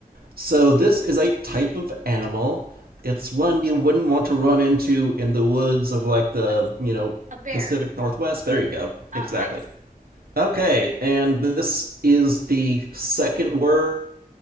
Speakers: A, on the right; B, on the right.
A: so this is a type of animal. It's one you wouldn't want to run into in the woods of like the,
B: A, s-
A: you know,
B: a bear.
A: Pacific Northwest. There you go.
B: Oh,
A: Exactly.
B: nice. <laughs>
A: Okay, and this is the second word